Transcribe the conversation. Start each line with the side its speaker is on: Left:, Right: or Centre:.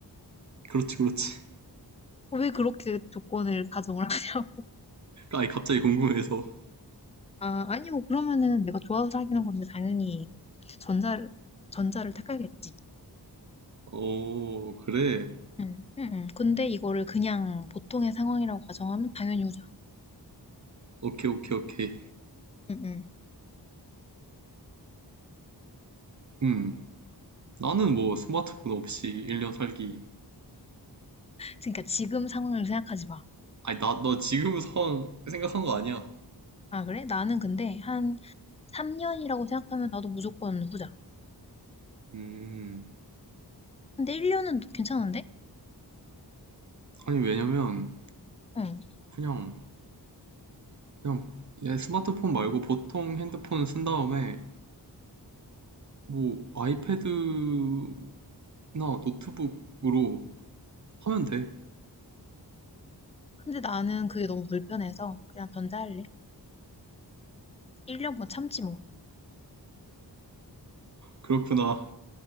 Right: 그렇지, 그렇지.
Left: 어, 왜 그렇게 조건을 가정을 <laughs> 하냐고.
Right: <laughs> 아니, 갑자기 궁금해서.
Left: 아, 아니고 그러면은 내가 좋아서 사귀는 건데 당연히 전자를 전자를 택하겠지.
Right: 어, 그래.
Left: 응, 응, 응. 근데 이거를 그냥 보통의 상황이라고 가정하면 당연히 후자.
Right: 오케이, 오케이, 오케이.
Left: 응, 응.
Right: 음, 나는 뭐 스마트폰 없이 1년 살기.
Left: 그러니까 지금 상황을 생각하지 마.
Right: 아니, 나, 너 지금 상황 생각한 거 아니야.
Left: 아, 그래? 나는 근데 한 3년이라고 생각하면 나도 무조건 후자.
Right: 음,
Left: 근데 1년은 괜찮은데?
Right: 아니, 왜냐면,
Left: 응.
Right: 그냥, 그냥, 얘 스마트폰 말고 보통 핸드폰 쓴 다음에, 뭐, 아이패드나 노트북으로 하면 돼.
Left: 근데 나는 그게 너무 불편해서 그냥 전자할래. 1년 뭐 참지 뭐.
Right: 그렇구나.